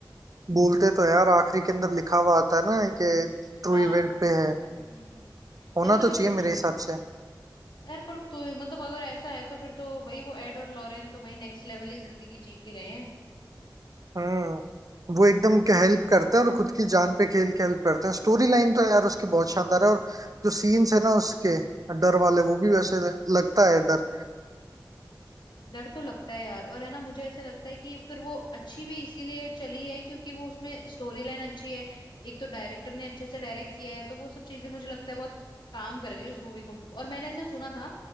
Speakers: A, on the right (about 50°); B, on the left (about 80°).
A: बोलते तो है और आखिरी के अंदर लिखा हुआ आता है ना कि ट्रू
B: हाँ
A: इवेंट पे है
B: हम्म हम्म हम्म
A: होना
B: तभी तो
A: तो
B: मैं पूछ
A: चाहिए मेरे
B: रही
A: हिसाब
B: हूँ
A: से
B: यार पर तू मतलब अगर ऐसा है तो फिर तो भाई वो एड और लॉरेन तो भाई नेक्स्ट लेवल ही जिंदगी जी के गए हैं
A: हम्म वो एकदम हेल्प करते हैं और खुद की जान पे खेल के हेल्प करते हैं स्टोरी लाइन तो यार उसकी
B: हम्म
A: बहुत शानदार है और जो सीन्स है ना उसके डर वाले वो भी वैसे लगता है डर
B: डर तो लगता है यार और है ना मुझे ऐसा लगता है कि फिर वो अच्छी भी इसीलिए चली है क्योंकि वो उसमें स्टोरी लाइन अच्छी है एक तो डायरेक्टर ने अच्छे से डायरेक्ट किया है तो वो सब चीजें मुझे लगता है बहुत काम कर गई उस मूवी को और मैंने ऐसा सुना था